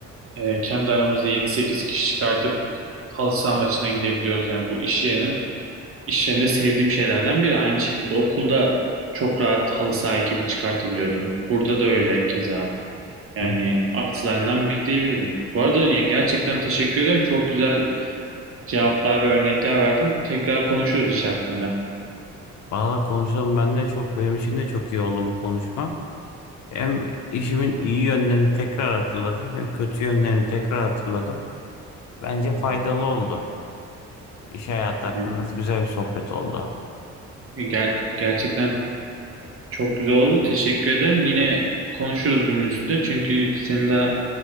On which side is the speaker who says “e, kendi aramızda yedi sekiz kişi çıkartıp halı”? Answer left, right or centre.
Right